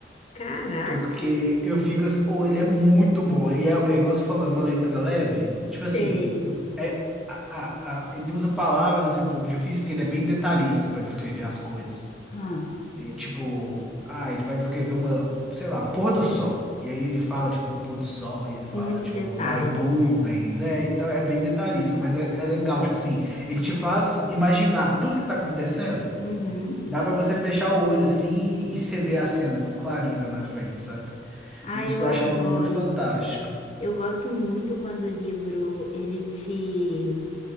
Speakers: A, on the left; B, in the centre.
A: Caraca.
B: Porque eu fico assim, ou ele é muito bom. E é, é igual você falou, é uma leitura leve. Tipo assim,
A: Tem.
B: é, a, a, a- ele usa palavras assim um pouco difíceis, porque ele é bem detalhista pra descrever as coisas.
A: Ah,
B: É, tipo, ah, ele vai descrever uma, sei lá, um pôr do sol. E aí ele fala, tipo, do pôr do sol, e ele
A: com
B: fala,
A: muitos
B: tipo,
A: detalhes,
B: das nuvens.
A: né?
B: É, então é bem detalhista, mas é, é legal. Tipo assim, ele te faz imaginar tudo que tá acontecendo.
A: Uhum.
B: Dá pra você fechar o olho assim e, e você vê a cena com clareza na frente, sabe?
A: Ah,
B: Isso
A: eu
B: que
A: adoro.
B: eu achava muito fantástico.
A: Eu gosto muito quando o livro ele te,